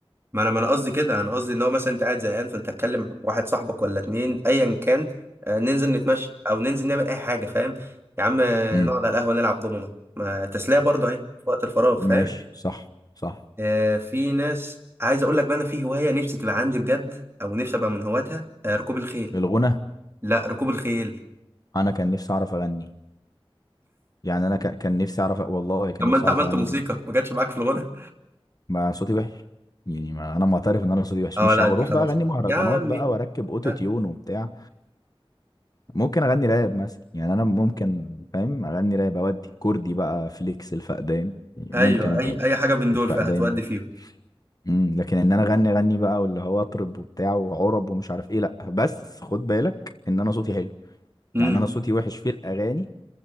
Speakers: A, on the right; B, on the left.
A: ما انا ما انا قصدي كده انا قصدي ان هو مثلا انت قاعد زهقان فانت تكلم واحد صاحبك ولا اتنين ايا كان آه، ننزل نتمشى او ننزل نعمل اي حاجه فاهم يا عم آه،
B: امم
A: نقعد على القهوه نلعب دومنه ما تسليه برضه اهي في وقت الفراغ
B: ماشي
A: فاهم
B: صح صح
A: آه، في ناس عايز اقول لك بقى انا في هوايه نفسي تبقى عندي بجد او نفسي ابقى من هواتها آه، ركوب الخيل
B: الغنى
A: لا ركوب الخيل
B: انا كان نفسي اعرف اغني يعني انا ك- كان نفسي اعرف والله كان
A: طب ما
B: نفسي
A: انت
B: اعرف
A: عملت
B: اغني
A: موسيقى
B: جدا
A: ما جاتش معاك في الغنى
B: ما صوتي وحش يعني ما انا معترف ان انا صوتي وحش
A: اه
B: مش
A: لا
B: هروح
A: دي خلاص
B: بقى اغني مهرجانات
A: يا عمي
B: بقى واركب اوتو
A: أ-
B: تيون وبتاع ممكن اغني راب مثلا يعني انا ممكن فاهم اغني راب اودي كردي بقى فليكس الفقدان يعني
A: ايوه
B: ممكن ابقى
A: اي اي حاجه من دول
B: الفقدان
A: فهتودي
B: برضه
A: فيهم
B: امم لكن ان انا اغني اغني بقى واللي هو اطرب وبتاع وعرب ومش عارف ايه لا بس خد بالك ان انا صوتي حلو
A: امم
B: يعني انا صوتي وحش في الاغاني